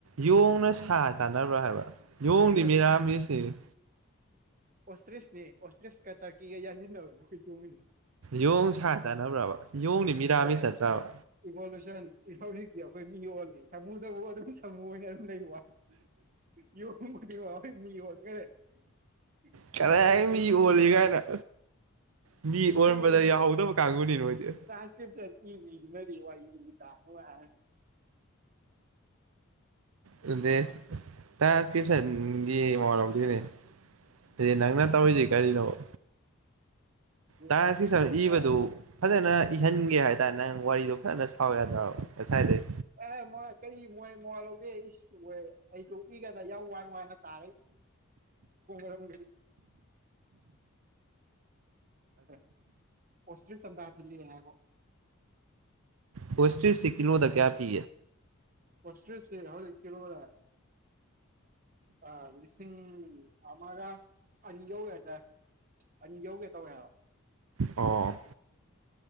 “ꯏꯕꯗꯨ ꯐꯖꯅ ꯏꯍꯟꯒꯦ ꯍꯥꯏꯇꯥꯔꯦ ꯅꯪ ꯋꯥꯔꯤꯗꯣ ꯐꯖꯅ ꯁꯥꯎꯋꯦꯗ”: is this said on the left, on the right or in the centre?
Right